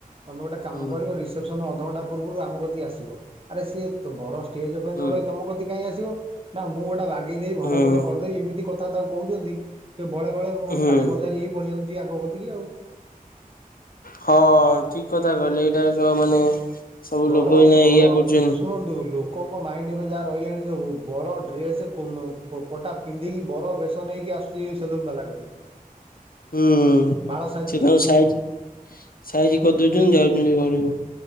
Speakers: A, on the right; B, on the left.
A: ତମେ ଗୋଟେ କାମ
B: ହୁଁ।
A: କରିବ ରି ସନ ଅଧ ଘଣ୍ଟା ପୂର୍ବରୁ ଆମ କତିକି ଆସିବ ଆରେ ସିଏ ବଡ ଷ୍ଟେଜ ଉପରେ ନ
B: ହୁଁ
A: ରହି ତମ କତି କହି ଆସିବ ନା ମୁଁ ଗୋଟେ ବାଗେଇଦେଇି ଭଲ
B: ହୁଁ
A: ଭଲ କରିଦେବି ଏମିତି କଥା ତାକୁ କହୁଛନ୍ତି ସେ ବଳେ ବଳେ
B: ହୁଁ।
A: ଟାଣି ଘୋଷାରି ହେଇ ପଳଆ ଯାଉଛି ଆଙ୍କ କତିକି ଆଉ।
B: ହଁ ଠିକ କଥା କହିଲେ ଏଇଟା ମାନେ ସବୁ
A: ବର
B: ଲୋକ ଏଇନା
A: ବରଣନ୍ତ
B: ଏଇଆ କରୁଛନ୍ତି
A: ଲୋକଙ୍କ ମାଇଣ୍ଡ ଏବେ ଯାହା ରହିଲାଣି ସବୁ ବଡ ଡ୍ରେସ୍ ପଟା ପିନ୍ଧିକି ବର ବେସନ ହେଇକି ଆସୁଛି ସେଲୁନ ବାଲା କତିକି।
B: ହୁଁ
A: ବାଳ ସାଇଜ
B: ସେ
A: କରିବାକୁ
B: ତାଙ୍କୁ ସାଇ ସାଇଜ କରିଦଉଛନ୍ତି ଯାଉଛନ୍ତି ଘରକୁ।